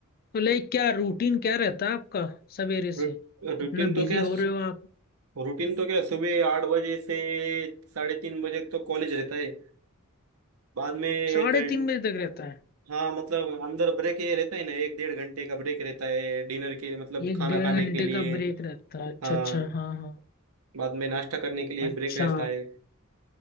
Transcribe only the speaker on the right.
रू- रूटीन
तो
क्या
रूटीन तो क्या सुबह आठ बजे से साढ़े तीन बजे तक तो कॉलेज रहता है बाद में एक
घंटा
हाँ मतलब अंदर ब्रेक ये रहता है ना एक डेढ़ घंटे का ब्रेक रहता है डिनर के मतलब
खाना
खाने
के लिए
हाँ
बाद में नाश्ता करने के लिए
ब्रेक रहता है